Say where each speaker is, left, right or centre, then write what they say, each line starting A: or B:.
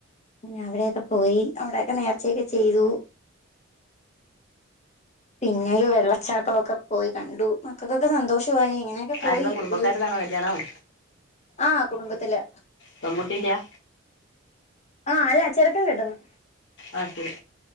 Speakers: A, on the left; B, on the left.
A: പിന്നെ അവിടെക്കെ പോയി അവിടെയൊക്കെ നേർച്ചയൊക്കെ ചെയ്തു പിന്നെ ഒരു വെള്ളച്ചാട്ടം ഒക്കെ പോയി കണ്ടു മക്കക്കൊക്കെ സന്തോഷു ആയി ഇങ്ങനെയൊക്കെ പോയി
B: ആരതാ കുടുംബക്കാരതാണോ
A: ഒരു
B: കല്യാണം
A: ആഹ് കുടുംബത്തില്
B: പെൺകുട്ടിന്റിയാ
A: ആഹ് അല്ല ചെറ്ക്കന് കെട്ട്ന്ന്
B: ആഹ് ശരി